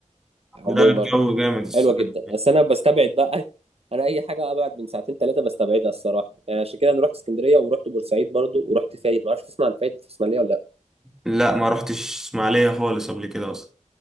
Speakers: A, on the right (about 50°); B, in the centre.
A: عموما
B: لا الجو جامد الصراحة
A: حلوه جدا بس انا بستبعد بقى انا اي حاجه ابعد من ساعتين ثلاثه بستبعدها الصراحه يعني عشان كده انا رحت اسكندريه ورحت بورسعيد برضو ورحت فايد ما اعرفش تسمع عن فايد في اسماعيليه ولا لا
B: لا ما رحتش اسماعيلية خالص قبل كده اصلا